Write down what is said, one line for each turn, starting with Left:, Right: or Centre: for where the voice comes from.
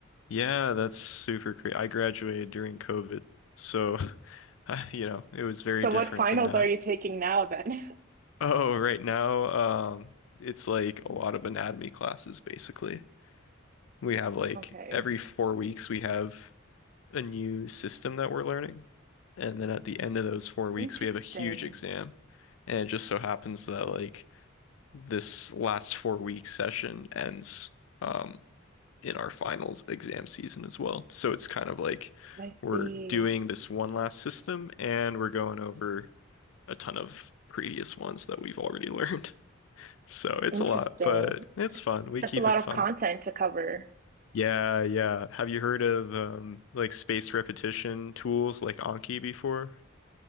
Left: Yeah, that's super crazy. I graduated during COVID, so <laughs> I, you know, it was very
Right: So,
Left: different
Right: what finals
Left: than now.
Right: are you taking now then? <laughs>
Left: Oh, right now, um, it's like a lot of anatomy classes basically. We have like
Right: Okay.
Left: every four weeks we have a new system that we're learning, and then at the end of those four weeks
Right: Interesting.
Left: we have a huge exam, and it just so happens that like this last four week session ends. Um, in our finals exam season as well. So it's kind of like
Right: I
Left: we're
Right: see.
Left: doing this one last system and we're going over a ton of previous ones that we've already learned. <laughs> So it's
Right: Interesting.
Left: a lot, but it's fun. We
Right: That's
Left: keep
Right: a lot
Left: it
Right: of
Left: fun.
Right: content to cover.
Left: Yeah, yeah. Have you heard of um like spaced repetition tools like Anki before?